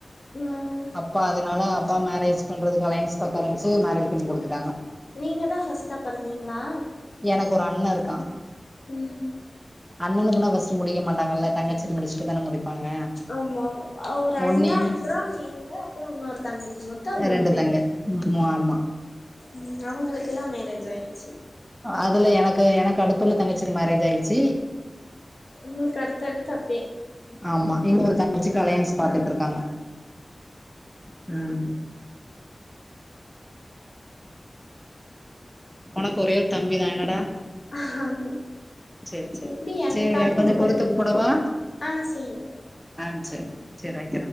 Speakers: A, on the left; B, in the centre.
A: ம்
B: அப்பா அதனால அப்பா மேரேஜ் பண்றதுக்கு அலையன்ஸ் பாக்க ஆரமிச்சு மேரேஜ் பண்ணி குடுத்துட்டாங்க
A: நீங்க தா ஃபஸ்டா பொறந்தீங்ளா
B: எனக்கு ஒரு அண்ண இருக்கா
A: ம்
B: அண்ணணுக்கு தா ஃபஸ்ட் முடிக்க மா ட்டாங்கள்ள தங்கச்சி முடிச்சிட்டு தான முடிப்பாங்க
A: ஆமா ஒரு அண்ணா
B: ஒன்னி
A: அப்றோ நீங்க அப்புற உன்னொரு தங்கச்சி மொத்த மூணு
B: ரெண்டு
A: பேரு
B: தங்க ம் ஆமா
A: ம் அவுங்களுக்கெல்லா மேரேஜ் ஆயிற்ச்சி
B: அதுல எனக்கு எனக்கு அடுத்துல்ல தங்கச்சிக்கு மேரேஜ் ஆயிட்ச்சி
A: உங்களுக்கு அடுத்த அடுத்த அப்பே
B: ஆமா இன்னொரு தங்கச்சிக்கு அளையன்ஸ் பாத்துட்ருக்காங்க ம் உனக்கு ஒரே ஒரு தம்பி தா என்னடா
A: ஆமா
B: செரி செரி
A: எப்டி என்ன
B: செரிடா
A: தாட்றக்குதான
B: கொஞ்ச பொறுத்து கூப்டவா
A: ஆ சேரி
B: ஆ சேரி சேர் வை